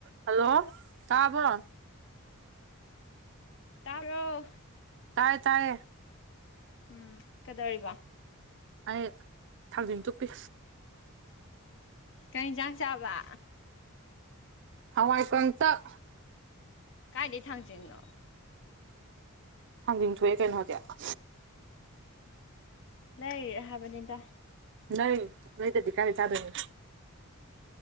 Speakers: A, on the right; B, on the left.
A: Hello ꯇꯥꯕ꯭ꯔꯣ
B: ꯇꯥꯕ꯭ꯔꯣ
A: ꯇꯥꯏ ꯇꯥꯏꯌꯦ
B: ꯎꯝ ꯀꯩꯗꯧꯔꯤꯕ
A: ꯑꯩ ꯊꯥꯡꯖꯤꯟ ꯇꯨꯞꯄꯤ
B: ꯀꯩ ꯌꯦꯟꯁꯥꯡ ꯆꯥꯕ
A: ꯍꯋꯥꯏ ꯀꯥꯡꯇꯛ
B: ꯀꯥꯏꯗꯒꯤ ꯊꯥꯡꯖꯤꯡꯅꯣ
A: ꯊꯥꯖꯤꯡ ꯊꯣꯛꯑꯦ ꯀꯩꯅꯣ ꯍꯧꯖꯤꯛ
B: ꯂꯩꯔꯤꯔ ꯍꯥꯏꯕꯅꯤꯗ
A: ꯂꯩꯔꯤꯅꯤ ꯂꯩꯗ꯭ꯔꯥꯗꯤ ꯀꯥꯢ ꯆꯗꯣꯏꯅꯣ